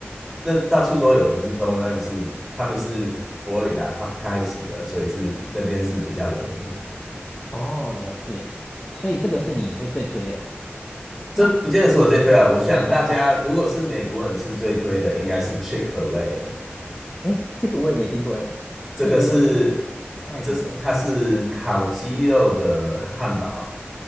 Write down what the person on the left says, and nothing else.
哦，了解，所以这个是你会最推的。
那
啊啊，
哎，这个我也没听过哎，
这个又是卖什么的？